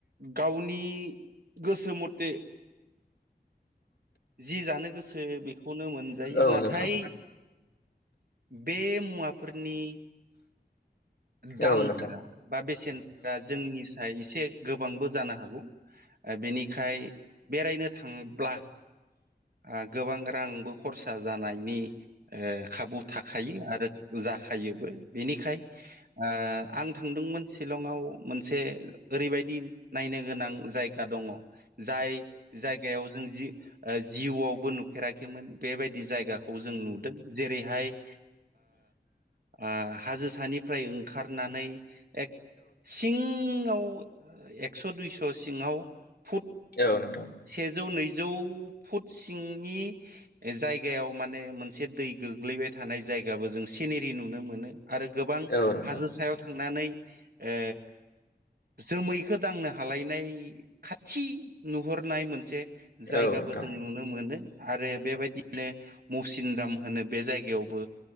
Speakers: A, on the right; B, on the left.
A: गावनि गोसो मथे जि जानो गोसो बेखौनो मोनजायो
B: औ नोंथां औ नोंथां औ
A: नाथाय
B: नोंथां
A: बे मुवाफोरनि दामफोरा
B: औ नोंथां औ नोंथां औ नोंथां औ नोंथां औ नोंथां
A: बा बेसेनफोरा जोंनि साय एसे गोबांबो जानो हागौ बेनिखाय बेरायनो थांब्ला ओ गोबां रांबो खरसा जानायनि ओ खाबु थाखायो आरो जाखायोबो बेनिखाय ओ थांदोंमोन सिलंआव मोनसे ओरैबायदि नायनो गोनां जायगा दङ जाय जायगायाव जों जों जिउ ओ जिउआवबो नुफेराखैमोन बेबायदि जायगाखौ जों नुदों जेरैहाय ओ ओ हाजोसानिफ्राय ओंखारनानै एक सिङाव एक्स' दुइस' सिङाव फुट
B: औ नोंथां
A: सेजौ नैजौ फुट सिंनि जायगायाव माने मोनसे दै गोग्लैबाय थानाय जायगाबो जों सेनेरि नुनो मोनो आरो गोबां
B: औ नोंथां
A: हाजो सायाव थांनानै ओ जोमैखौ दांनो हालायनाय खाथि नुहरनाय मोनसे जायगाबो
B: औ नोंथां
A: जों नुनो मोनो आरो बेबायदिनो मुसिन राम होनो बे जायगायावबो